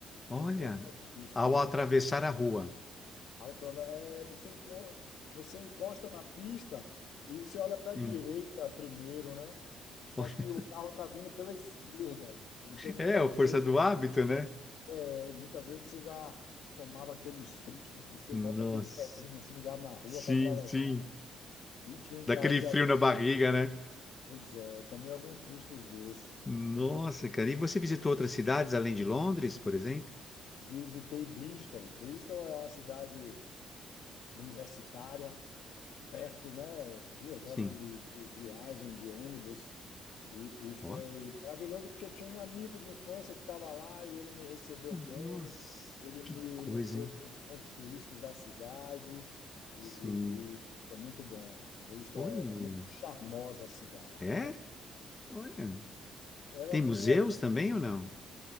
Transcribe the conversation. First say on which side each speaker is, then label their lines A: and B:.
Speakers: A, on the left; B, on the left.
A: Olha,
B: por conta disso,
A: ao
B: né?
A: atravessar a rua.
B: Altrova, é, você, enco- você encosta na pista e você olha para a
A: Sim.
B: direita primeiro, né? Só
A: <laughs>
B: que o carro tá vindo pela esquerda. Então, muitas
A: É, a força
B: vezes,
A: do hábito, né?
B: é, muitas vezes você já tomava aquele susto, você
A: Nossa.
B: bota aquele pezinho assim já na rua
A: Sim,
B: para atravessar.
A: sim.
B: E tinha um carro
A: Daquele
B: já.
A: frio na barriga, né?
B: Pois é, eu tomei alguns sustos desses.
A: Nossa, cara. E você visitou outras cidades além de Londres, por exemplo?
B: Visitei Bristol. Bristol é uma cidade universitária perto, né? Duas
A: Sim.
B: horas de, vi- de viagem de ônibus. E, e foi
A: Ó.
B: maravilhoso porque eu tinha um amigo de infância que estava lá e ele me recebeu
A: Nossa,
B: bem, ele me
A: que coisa,
B: levou
A: hein?
B: para os pontos turísticos da cidade e,
A: Sim.
B: e- e foi muito bom. Bristol
A: Olha.
B: é é muito charmosa a cidade,
A: É?
B: né?
A: Olha.
B: Ela
A: Tem
B: tem.
A: museus
B: a-
A: também ou não?